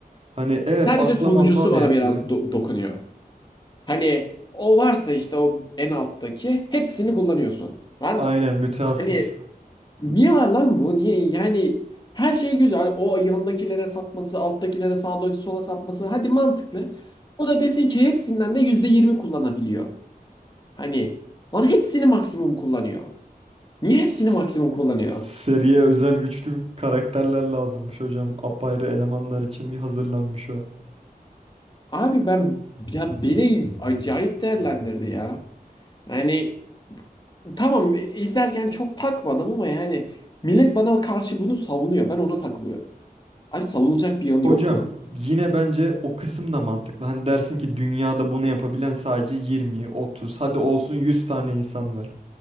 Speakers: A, on the right (about 40°); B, on the left (about 25°).
A: Hani evet
B: Sadece
A: akla
B: sonuncusu
A: mantığa da
B: bana
A: yatıyor.
B: biraz do- dokunuyor. Hani o varsa işte o en alttaki hepsini kullanıyorsun. Ben
A: Aynen mütehassıs.
B: hani Niye var lan bu? Niye? Yani her şey güzel. O yanındakilere sapması, alttakilere sağa sola sapması. Hadi mantıklı. O da desin ki hepsinden de %20 kullanabiliyor. Hani lan hepsini maksimum kullanıyor. Niye
A: S-
B: hepsini maksimum kullanıyor?
A: Seriye özel güçlü karakterler lazımmış hocam. Apayrı elemanlar için hazırlanmış o.
B: Abi ben ya beni acayip değerlendirdi ya. Yani tamam e, izlerken çok takmadım ama yani millet bana karşı bunu savunuyor. Ben ona takılıyorum. Abi savunulacak bir yanı
A: Hocam
B: yok bunun.
A: yine bence o kısım da mantıklı. Hani dersin ki dünyada bunu yapabilen sadece 20, 30 hadi olsun 100 tane insan var.